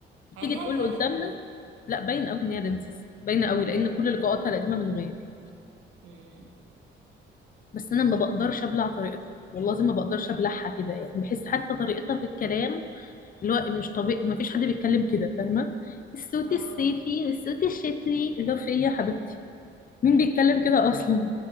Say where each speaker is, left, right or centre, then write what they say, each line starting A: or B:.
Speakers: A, on the left (about 45°); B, on the right (about 90°).
A: تيجي
B: عينيها
A: تقول
B: دي ولا
A: قدامنا لا باينه قوي ان هي دنسيس باينه قوي
B: <laughs>
A: لان
B: إيه؟
A: كل لقاءاتها القديمه من غير
B: أمم.
A: بس انا ما بقدرش ابلع طريقتها والله العظيم ما بقدرش ابلعها كده يعني بحس حتى طريقتها في الكلام اللي هو مش طبيعي ما فيش حد بيتكلم كده فاهمه الصوت
B: اه
A: الصيفي والصوت الشتوي اللي هو في ايه يا حبيبتي مين بيتكلم كده اصلا